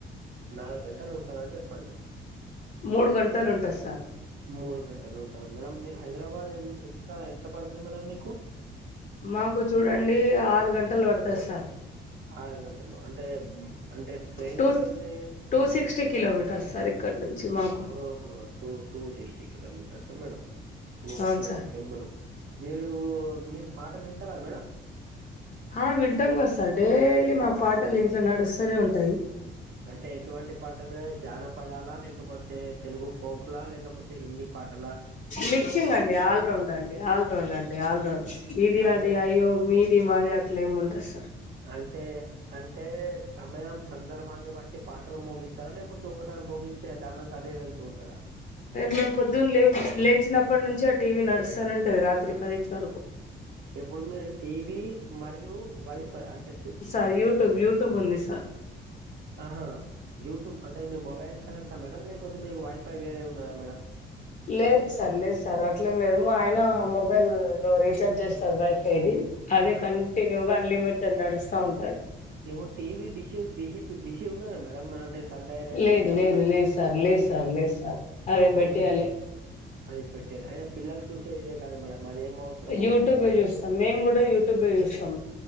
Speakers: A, on the right; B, on the left.
A: నాలుగు గంటలు ఉంటదా చెప్పండి
B: మూడు గంటలు ఉంటది సార్
A: మూడు గంటలు ఉంటాంద మేడం మీకు హైదరాబాద్ ఎ ఎంత ఎంత పడుతంది మేడం మీకు
B: మాకు చూడండి ఆరు గంటలు పడతాది సార్
A: ఆరు గంటలు అంటే అంటే ట్రైన్
B: టూ
A: లో వెళ్తే
B: టూ సిక్స్ కిలోమీటర్స్ సార్ ఇక్కడ నుంచి మాకు
A: ఓహో two two sixty kilometres madam okay
B: అవును సార్
A: ఓకే మేడం మీరు మీరు పాటలు వింటారా మేడం
B: ఆ వింటాంగా సార్ డైలీ మా పాటలు ఇంట్లో నడుస్తూనే ఉంటాయి
A: అంటే ఎటువంటి పాటలు జానపదాల లేకపోతే తెలుగు ఫోక్లా లేకపోతే అంటే హిందీ పాటల
B: మిక్సింగ్ అండి ఆల్ రౌండ్ అండి ఆల్ రౌండ్ అండి ఆల్ రౌండ్ ఇది
A: అంటే
B: అది అయ్యో మీ మీది మాది అట్ల ఏమి ఉండదు సార్
A: అంటే అంటే సమయం సందర్భాన్ని బట్టి పాటలు ముగిస్తారా లేకపోతే ఒకసారి మోగి దానం దాని అదే వెళ్తూ ఉంటాదా
B: మేము పొద్దున్న లే లేచినప్పటి నుంచి ఆ టీవీ నడుస్తానే ఉంటది రాత్రి పది వరకు
A: ఎప్పుడు మీరు టీవీ మరియు వైఫై అంటే
B: ఆ యూట్యూబ్ యూ యూట్యూబ్ ఉంది సార్
A: ఆహా యూట్యూబ్ అంటే మేము మొబైల్ కనెక్ట్ మేడం లేకపోతే మీరు వైఫై వేరే ఉన్నదా మేడం అ
B: లేదు సార్ లేదు సార్ అట్లేం లేదు మా ఆయన మొబైల్లో రీచార్జ్ చేస్తారు వైఫైది అది
A: ఆహా!
B: కంటిన్యూగా అన్లిమిటెడ్ నడుస్తా ఉంటాది
A: ఇప్పుడు టీవీ డిష్ డిష్ డిష్ ఉన్నదా మేడం అంటే సన్ డైరెక్ట్
B: లేదు
A: ఇలా
B: లేదు
A: ఉన్న
B: లేదు సార్ లేదు సార్ లేదు సార్ అది
A: ఓన్లీ
B: పెట్టిలే
A: అది పెట్టేల అయిన పిల్లలు చూసేదే ఇదే కదా మేడం అది ఏం అవసరం ఉన్నది
B: యూట్యూబే
A: చెప్పండి
B: చూస్తాం మేము కూడా యూట్యూబ్ లో చూస్తాం